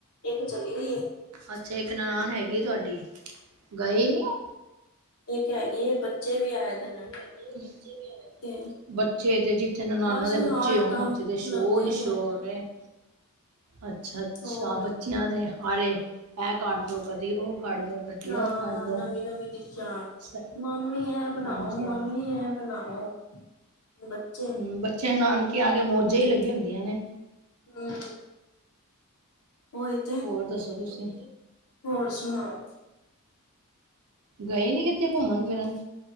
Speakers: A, on the left; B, on the right.
A: ਇੱਕ ਚੱਲੀ ਗਈ ਐ।
B: ਅੱਛਾ ਇੱਕ ਨਨਾਾਣ ਹੈਗੀ ਏ ਤੁਹਾਡੀ ਗਏ ਨੀ ਓ।
A: ਇਕ ਹੈਗੀ ਏ ਬੱਚੇ ਵੀ ਆਏ ਦੇ ਨੇ
B: ਇੱਕ ਹੈਗੀ ਏ ਬੱਚੇ ਵੀ ਆਏ ਨੇ।
A: ਤੇ
B: ਬੱਚੇ ਤੇ ਜਿੱਥੇ ਨਨਾਣਾਂ
A: ਬਸ
B: ਦੇ ਬੱਚੇ
A: ਹਾਰ
B: ਹੋਣ
A: ਤਾਂ
B: ਉੱਥੇ ਤੇ ਸ਼ੋਰ
A: ਲੱਗੇ
B: ਹੀ
A: ਦੇ
B: ਸ਼ੋਰ
A: ਆ
B: ਐ। <inaudible> ਅੱਛਾ ਅੱਛਾ,
A: ਹੋਰ
B: ਬੱਚਿਆਂ ਦੇ ਆਰੇ ਇਹ ਕਰ ਦੋ ਕਦੀ ਉਹ ਕਰ ਦੋ। ਕਦੀ
A: ਹਾਂ
B: ਉਹ ਕੱਢ ਦੋ
A: ਨਵੀਂ ਨਵੀਂ ਡਿਸ਼ਾਂ
B: ਸ-
A: ਮਾਮੀ ਐ ਬਣਾਓ
B: ਹਾਂਜੀ
A: ਮਾਮੀ ਐ ਬਣਾਓ। ਬੱਚੇ
B: ਹੂੰ ਬੱਚਿਆਂ ਨੂੰ ਨਾਨਕੇ ਆ ਕੇ ਮੌਜਾਂ
A: ਹੂੰ
B: ਹੀ ਲੱਗੀਆਂ ਹੁੰਦੀਆਂ ਨੇ।
A: ਹੂੰ। ਓ ਇਥੇ ਹੀ
B: ਹੋਰ ਦੱਸੋ ਤੁਸੀਂ?
A: ਹੋਰ ਸੁਣਾਓ।
B: ਗਏ ਨੀ ਕਿਤੇ ਘੁੰਮਣ ਫਿਰਨ?